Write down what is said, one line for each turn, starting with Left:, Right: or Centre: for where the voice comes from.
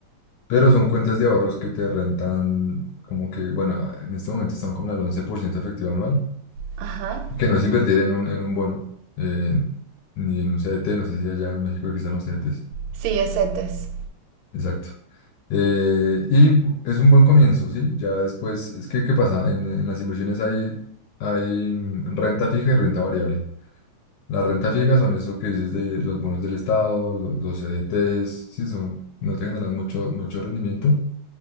Left: Pero son cuentas de ahorros que te rentan como que, bueno, en este momento están como al 11% efectivo anual,
Right: Ajá.
Left: que no es invertir en un, en un bono, eh, ni en un CDT, no sé si allá en México existan los CDTs.
Right: Sí, es CETES.
Left: Exacto. Eh, y pu- es un buen comienzo, ¿sí? Ya después, es que, ¿qué pasa? En, en las inversiones hay, hay mm, renta fija y renta variable. Las rentas fijas son eso que dices de los bonos del Estado, lo- los, CDTs, sí, son, no te generan mucho, mucho rendimiento,